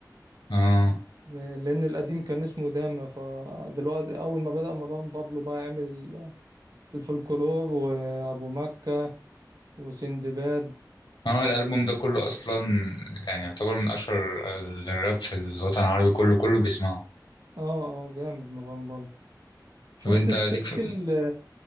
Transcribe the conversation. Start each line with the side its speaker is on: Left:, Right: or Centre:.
Left: اه
Right: م- لأن القديم كان اسمه داما فدلوقتي أول ما بدأ مروان بابلو بقى عمل ال- الفولكلور وأبو مكة وسندباد
Left: اه الألبوم ده كله أصلا يعني يعتبر من أشهر الراب في الوطن العربي كله كله بيسمعه
Right: اه اه جامد مروان بابلو شفت
Left: طب انت
Right: مم. السيرك
Left: ليك في
Right: ال-